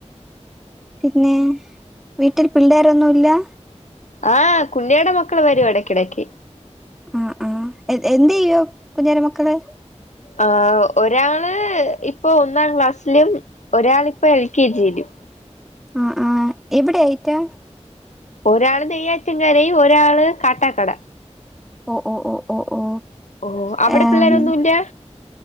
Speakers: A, in the centre; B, on the left.
A: പിന്നെ വീട്ടിൽ പിള്ളോരൊന്നുല്ലാ?
B: ആഹ് കുഞ്ഞേടെ മക്കള് വരും എടക്കിടക്ക്.
A: അ ആഹ് എ എന്ത്യ്യും കുൻഞ്ഞേര മക്കള്?
B: ആഹ് ഒരാള് ഇപ്പൊ ഒന്നാം ക്ലാസ്സ്ലും ഒരാളിപ്പൊ എൽ കെ ജിയിലും.
A: ആഹ് ആഹ് എവിടെ ആയിറ്റാ?
B: ഒരാള് നെയ്യാറ്റ് കരയും ഒരാള് കാട്ടാക്കട.
A: ഓ ഓ ഓ ഓ ഓ
B: ഓഹ് അവടെ
A: ഏഹ്
B: പിള്ളേരൊന്നുല്ലാ.